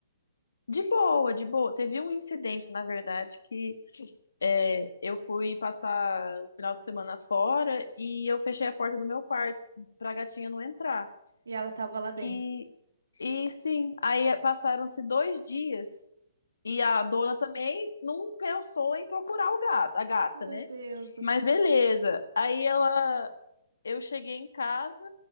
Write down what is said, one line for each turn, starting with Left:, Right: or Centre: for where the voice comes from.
Left: De boa, de boa. Teve um incidente, na verdade, que é, eu fui passar o final de semana fora e eu fechei a porta do meu quarto pra gatinha não entrar.
Right: E ela tava lá dentro.
Left: E, e sim, aí passaram-se dois dias e a dona também não pensou em procurar o gato, a gata,
Right: Meu
Left: né?
Right: Deus do
Left: Mas
Right: céu.
Left: beleza. Aí ela, eu cheguei em casa,